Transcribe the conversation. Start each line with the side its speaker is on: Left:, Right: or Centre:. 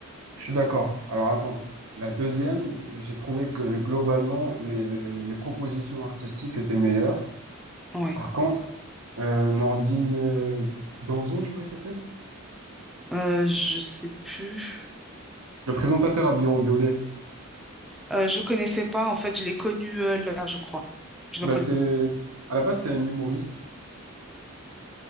Right: je suis d'accord. Alors attends, la deuxième, j'ai trouvé que globalement les, les propositions artistiques étaient meilleures.
Centre: Ouais.
Right: Par contre, euh, Nordine euh, Ganzo, je crois qu'il s'appelle,
Centre: Euh, je sais plus.
Right: le présentateur habillé en violet,
Centre: Euh, je connaissais pas. En fait, je l'ai connu euh, là, je crois. Je
Right: bah
Centre: le connais.
Right: c'est à la base c'est un humoriste.